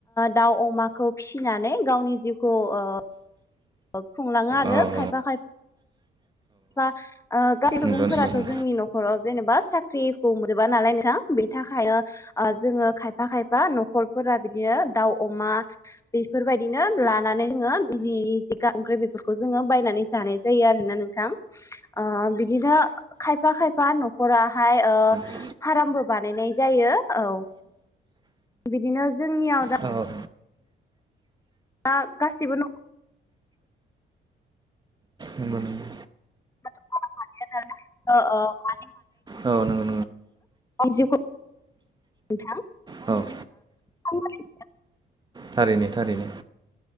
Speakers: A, on the left; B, on the right.
A: दाउ अमाखौ फिसिनानै गावनि जिउखौ ओ। खुंलाङो आरो
B: औ खुंलाङो
A: खायफा खायफा ओ गासै सुबुंफोराथ'
B: नंगौ नंगौ नंगौ
A: जोंनि न'खराव जेनेबा साख्रिखौ मोन जोबा नालाय नोंथां बेनि थाखाय ओ जोङो खायफा खायफा न'खरफोरा बिदिनो दाउ, अमा बेफोरबायदिनो लानानै जोङो बि जि <unintelligible> बेफोरखौ जोङो बायनानै जानाय जायो आरोना नोंथां ओ बिदिनो खायफा खायफा न'खराहाय ओ
B: नंगौ
A: फार्मबो बानायनाय जायो औ बिदिनो। जोंनियाव
B: औ
A: दा गासिबो न
B: नंगौ नंगौ
A: <unintelligible> ओ ओ अ
B: औ नंगौ
A: जिउखौ नोंथां
B: औ
A: <unintelligible>
B: थारैनो थारैनो